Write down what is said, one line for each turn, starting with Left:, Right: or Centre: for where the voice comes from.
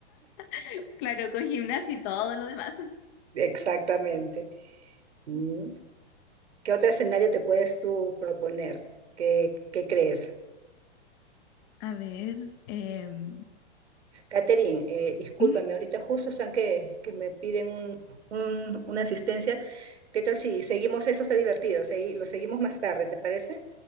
Left: <laughs> Claro, con gimnasia y todo lo demás.
Right: Exactamente. Mm. ¿Qué otro escenario te puedes tú proponer? ¿Qué, qué crees?
Left: A ver, em,
Right: Catherine, eh, discúlpame,
Left: ujú,
Right: ahorita justo están que, que me piden un- un- una asistencia. ¿Qué tal si seguimos eso? Está divertido, segui- lo seguimos más tarde, ¿te parece?